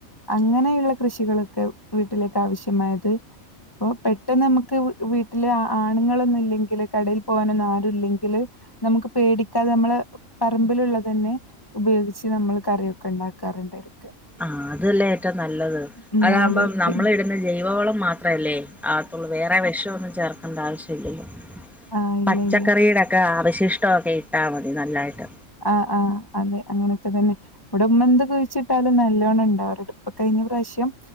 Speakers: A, on the left (about 15°); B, in the centre.
A: അങ്ങനെയുള്ള കൃഷികളൊക്കെ വീട്ടിലേക്ക് ആവശ്യമായത് അപ്പ പെട്ടെന്ന് നമ്മക്ക് വീട്ടിൽ ആണുങ്ങളന്നുംല്ലെങ്കില് കടയിൽ പോകാനൊന്നും ആരു ല്ലെങ്കില് നമുക്ക് പേടിക്കാതെ നമ്മള് പറമ്പിലുള്ള തന്നെ ഉപയോഗിച്ച് നമ്മൾ കറിയൊക്കെ ഉണ്ടാക്കാറുണ്ട് ഇടക്ക്
B: ആ അതല്ലേ ഏറ്റവും നല്ലത്.
A: ഉം
B: അതാകുമ്പം
A: അതെ
B: നമ്മൾ
A: പി
B: ഇടുന്ന ജൈവവളം മാത്രല്ലേ ആ അപ്പം വേറെ വിഷമൊന്നും ചേർക്കേണ്ട ആവശ്യം ഇല്ലല്ലോ
A: ആ ഇല്ല
B: പച്ചക്കറിയുടെ
A: ഇല്ല
B: ഒക്കെ അവശിഷ്ടമൊക്കെ ഇട്ടാ മതി നല്ലായിട്ട്
A: ആഹ ആഹ അതെ അങ്ങനെയൊക്കെ തന്നെ വടെ ഉമ്മ എന്ത് കുഴിച്ചിട്ടാലും നല്ലോണം ണ്ടാവാറുണ്ട് പ്പം കഴിഞ്ഞ പ്രാവശ്യം